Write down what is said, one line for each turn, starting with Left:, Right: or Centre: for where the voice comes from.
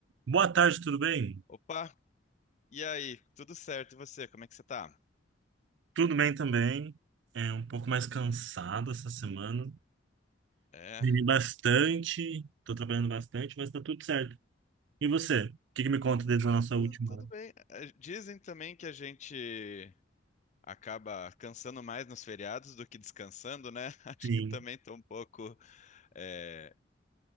Right: Boa tarde, tudo bem?
Left: Opa, e aí? Tudo certo? E você? Como é que você tá?
Right: Tudo bem também. É um pouco mais cansado essa semana.
Left: É,
Right: Dormi bastante, tô trabalhando bastante, mas tá tudo certo. E você? O que que me conta desde a nossa
Left: tu-
Right: última?
Left: tudo bem. Eh, Dizem também que a gente acaba cansando mais nos feriados do que descansando, né? <laughs> Acho
Right: Sim,
Left: que também tô um pouco, eh,